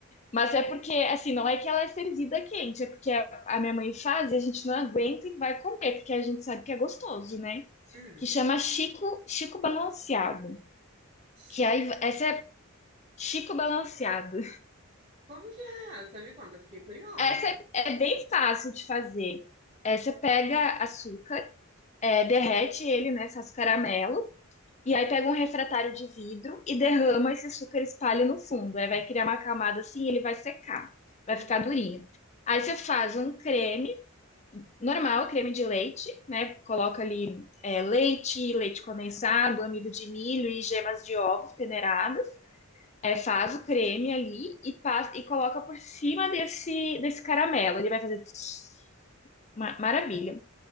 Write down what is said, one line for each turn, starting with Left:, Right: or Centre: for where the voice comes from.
Left: Mas é porque, assim, não é que ela é servida quente, é porque a a minha mãe faz e a gente não aguenta e vai comer, porque a gente sabe que é gostoso, né?
Right: Hum.
Left: Que chama Chico, Chico Balanceado.
Right: Chico,
Left: Que aí, essa é Chico Balanceado.
Right: como que é essa? Me conta, eu fiquei curiosa.
Left: Essa é, é bem fácil de fazer. É, você pega açúcar, é, derrete ele, né? Faz caramelo. E aí pega um refratário de vidro e derrama esse açúcar espalha no fundo. Aí vai criar uma camada assim, ele vai secar, vai
Right: Uhum.
Left: ficar durinho. Aí você faz um creme normal, creme de leite, né? Coloca ali é, leite, leite condensado, amido de milho e gemas de ovos peneiradas. É, faz o creme ali e passa e coloca por cima desse desse caramelo. Ele vai fazer tss, ma- maravilha.